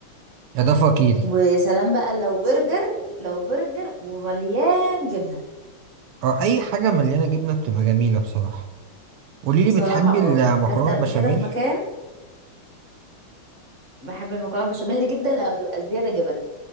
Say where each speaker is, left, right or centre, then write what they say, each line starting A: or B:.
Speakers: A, on the right; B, on the right.
A: يا ده فقيري
B: وسلام بقى لو برجر لو برجر ومليان جبنه
A: أه أي حاجة مليانة جبنة بتبقى جميلة بصراحة قوليلي
B: صراحه
A: بتحبي المكرونة
B: اه اكلت قبل
A: بشاميل
B: كده في مكان بحب المكرونه بشاميل جدا لو تبقى زياده جبن